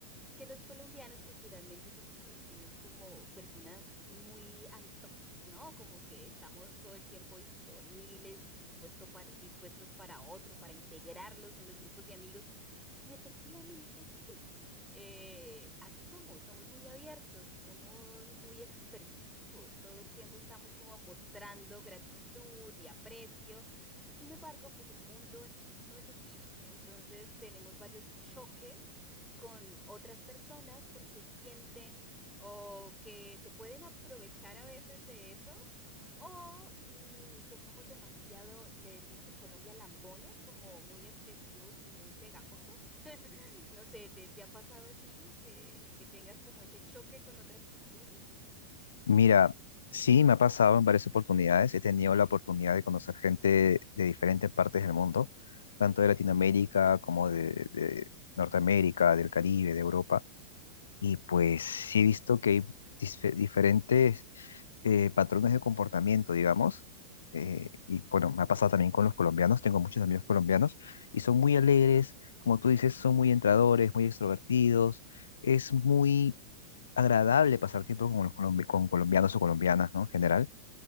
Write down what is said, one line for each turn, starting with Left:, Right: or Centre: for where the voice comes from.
Centre: que los colombianos culturalmente somos conocidos como personas muy amistosas, ¿no? Como que estamos todo el tiempo disponibles, dispuesto par- dispuestos para otro, para integrarlos en los grupos de amigos. Y efectivamente sí, eh, así somos, somos muy abiertos y somos muy expresivos. Todo el tiempo estamos como mostrando gratitud y aprecio. Sin embargo, pues el mundo en- no es así. Entonces tenemos varios choques con otras personas porque sienten o que se pueden aprovechar a veces de eso o mm, que somos demasiado, le decimos en Colombia, lambones, como muy expresivos y muy pegajosos. <laughs> No sé, ¿te, te ha pasado a ti que, que tengas como ese choque con otras culturas?
Left: Mira, sí me ha pasado en varias oportunidades. He tenido la oportunidad de conocer gente de diferentes partes del mundo, tanto de Latinoamérica como de, de Norteamérica, del Caribe, de Europa. Y pues sí he visto que hay disfe- diferentes eh, patrones de comportamiento, digamos. Eh,
Centre: Ujú,
Left: y bueno, me ha pasado también con los colombianos. Tengo muchos amigos colombianos y son muy alegres, como tú dices, son muy entradores, muy extrovertidos. Es muy agradable pasar tiempo con, los colombi- con colombianos o colombianas, ¿no? En general.